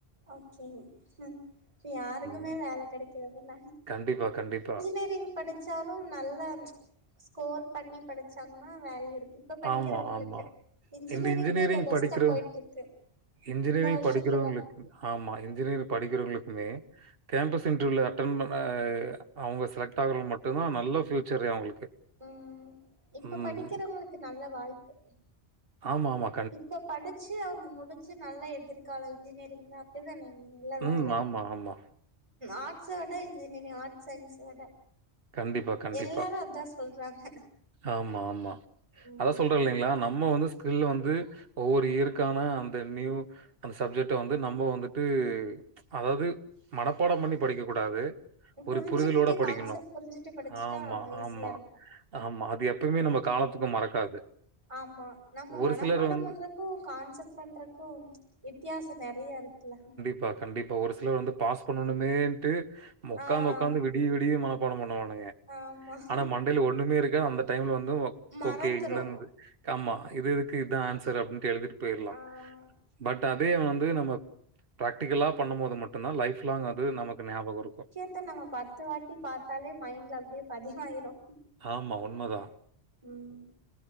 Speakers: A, on the right; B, on the right.
A: ஓகே இப்ப யாருக்குமே
B: ம்.
A: வேல கெடைக்கலதான
B: கண்டிப்பா, கண்டிப்பா
A: இன்ஜினியரிங் படுச்சாலு நல்ல ஸ்கோர் பண்ணி படுச்சாங்கன்னா வேல்யு இருக்கு இப்ப படிக்கிறவுங்களுக்கு
B: ஆமா, ஆமா.
A: இன்ஜினியரிங்தா
B: இந்த இன்ஜினியரிங்
A: இப்ப பெஸ்ட்டா
B: படிக்கிற
A: போயிட்ருக்கு
B: இன்ஜினியரிங்
A: இந்த வருஷத்துல
B: படிக்கிறவங்களுக்கு ஆமா இன்ஜினியரிங் படிக்கிறவுங்களுக்குமே கேம்பஸ் இன்டர்வியூல அட்டன் பண்ண அவுங்க செலக்ட் ஆகுறவுங் மட்டுந்தா நல்ல ஃப்யூச்சரே அவங்களுக்கு
A: ம் இப்ப
B: ம்.
A: படிக்கிறவுங்களுக்கு நல்ல வாய்ப்பு
B: ஆமாமா
A: இப்ப படுச்சு அவங்க முடுச்சு நல்ல எதிர்காலம் இன்ஜினியரிங் தா <unintelligible> நல்ல வேல
B: ம். ஆமா, ஆமா.
A: ஆட்ஸ விட இன்ஜினியரிங் ஆட்ஸ் சயின்ஸ விட
B: கண்டிப்பா கண்டிப்பா
A: எல்லாரு அதா சொல்றாங்க
B: ஆமா ஆமா
A: ம்
B: அதா சொல் றே இல்லைங்களா நம்ம வந்து ஸ்கில்லு வந்து ஒவ்வொரு இயருக்கான அந்த நியூ அந்த சப்ஜெக்ட வந்து நம்ம வந்துட்டு அதாவது மனப்பாடம் பண்ணி படிக்க கூடாது ஒரு
A: புரிஞ்சுக்கிட்டு
B: புரிதலோட படிக்கணு
A: கான்செப்ட் புரிஞ்சுட்டு படிச்சுட்டா
B: ஆமா
A: ஈஸியா
B: ஆமா
A: இருக்கு
B: ஆமா அது எப்பவுமே நம்ம காலத்துக்கு மறக்காது
A: ஆமா நம்ம
B: ஒரு
A: மனப்பாடம்
B: சிலர் வந்து
A: பண்றக்கு கான்செப்ட் பண்றக்கு வித்தியாசோ நெறைய இருக்குல்ல
B: ப்பா கண்டிப்பா ஒரு சிலர் வந்து பாஸ் பண்ணணுமேட்டு மொக்காந்து
A: ஆ
B: ஒக்காந்து விடிய விடிய மன மனப்பாடொ பண்னுவானுங்க
A: ஆமா
B: ஆனா மண்டேல ஒண்ணுமே இருக்காது அந்த டைம்ல வந்து
A: மறந்துரு
B: ஓகே இந்த ஆமா இது இதுக்கு இதா ஆன்சர் அப்டின்னுட்டு எழுதிட்டு போயற்லா
A: ஆ
B: பட் பட் அதே வந்து நம்ம பிராக்டிகலா பண்ணும் போது மட்டுந்தா லைஃப் லாங் அது நமக்கு ஞாபகோ இருக்கு
A: புக்க பத்து வாட்டி பாத்தாலே மைண்ட்ல அப்டியே பதிவாயிரு
B: ஆமா உண்ம தா
A: ம்